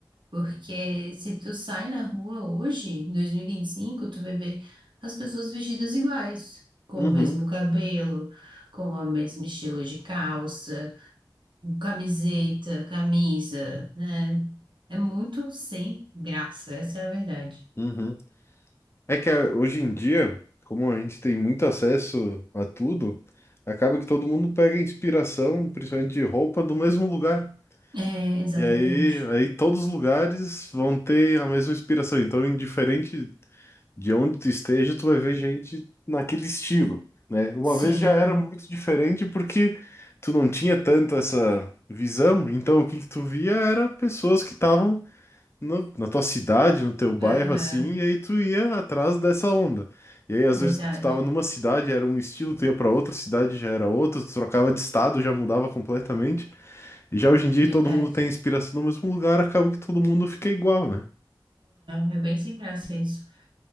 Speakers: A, on the right (about 70°); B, on the left (about 30°).
A: Porque se tu sai na rua hoje, em 2025, tu vai ver as pessoas vestidas iguais, com
B: Uhum,
A: o mesmo cabelo, com o mesmo estilo de calça, camiseta, camisa, né? É muito sem graça, essa é a verdade.
B: uhum. É que ah, hoje em dia, como a gente tem muito acesso a tudo, acaba que todo mundo pega inspiração, principalmente de roupa, do mesmo lugar.
A: É, exatamente.
B: E aí, aí todos os lugares vão ter a mesma inspiração. Então, indiferente de onde tu esteja, tu vai ver gente naquele estilo, né? Uma
A: Sim,
B: vez já era muito diferente porque tu não tinha tanto essa visão. Então, o que que tu via era pessoas que estavam no- na tua cidade, no teu bairro,
A: aham,
B: assim, e aí tu ia atrás dessa onda. E aí, às
A: verdade,
B: vezes, tu tava numa cidade, era um estilo, tu ia pra outra cidade, já era outro, tu trocava de estado, já mudava completamente. Já hoje em dia
A: verdade.
B: todo mundo tem inspiração no mesmo lugar, acaba que todo mundo fica igual, né?
A: É, é bem sem graça isso.